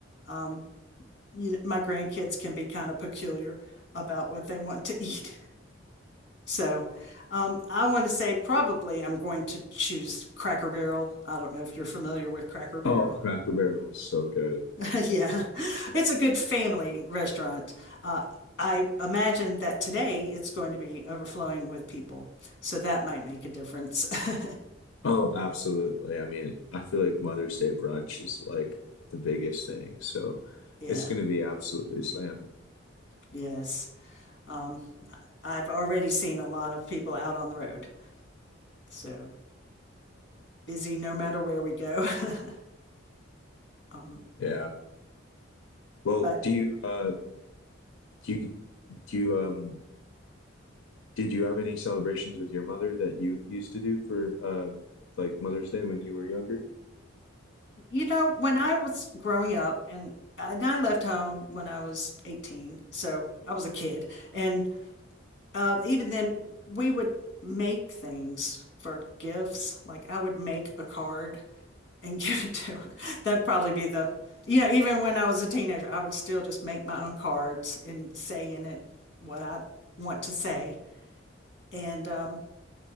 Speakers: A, on the left; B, on the left.
A: Um, you know, my grandkids can be kind of peculiar about what they want to <laughs> eat. So, um, I want to say probably I'm going to choose Cracker Barrel. I don't know if you're familiar with Cracker Barrel.
B: Oh, Cracker Barrel is so good.
A: <laughs> Yeah, it's a good family restaurant. Uh, I imagine that today it's going to be overflowing with people, so that might make a difference. <laughs>
B: Oh, absolutely. I mean, I feel like Mother's Day brunch is like the biggest thing, so
A: Yeah,
B: it's going to be absolutely slammed.
A: yes. Um, I've already seen a lot of people out on the road, so busy no matter where we go. <laughs> Um,
B: Yeah. Well,
A: but
B: do you uh do you do you um did you have any celebrations with your mother that you used to do for uh like Mother's Day when you were younger?
A: you know, when I was growing up, and and I left home when I was 18, so I was a kid, and uh, even then, we would make things for gifts. Like I would make a card and <laughs> give it to her. That'd probably be the, you know, even when I was a teenager, I would still just make my own cards and say in it what I want to say and um,